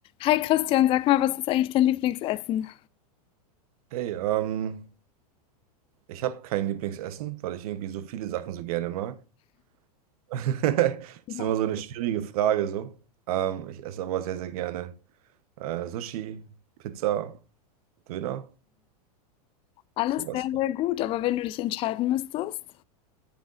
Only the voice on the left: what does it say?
Hi Christian, sag mal, was ist eigentlich dein Lieblingsessen?
Ja.
Alles
sehr, sehr gut, aber wenn du dich entscheiden müsstest?